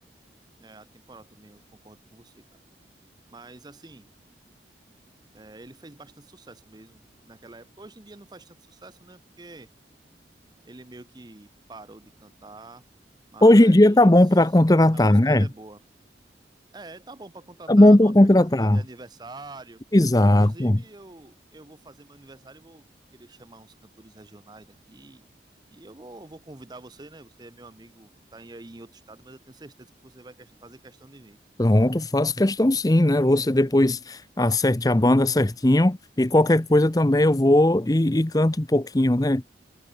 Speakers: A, on the right; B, on the left.
A: É, a temporada também, eu concordo com você, cara. Mas, assim, é, ele fez bastante sucesso mesmo naquela época. Hoje em dia não faz tanto sucesso, né? Porque ele meio que parou de cantar, mas
B: Hoje em dia tá bom para contratar,
A: a música
B: né?
A: ainda é boa. É, tá bom pra contratar
B: Tá bom para
A: numa
B: contratar.
A: festazinha de aniversário.
B: Exato.
A: Inclusive, eu, eu vou fazer meu aniversário e vou querer chamar uns cantores regionais daqui. E eu vou, vou convidar você, né? Você é meu amigo, tá aí em outro estado, mas eu tenho certeza que você vai que- fazer questão de vir.
B: Pronto, faço questão sim, né? Você depois acerte a banda certinho e qualquer coisa também eu vou e, e canto um pouquinho, né?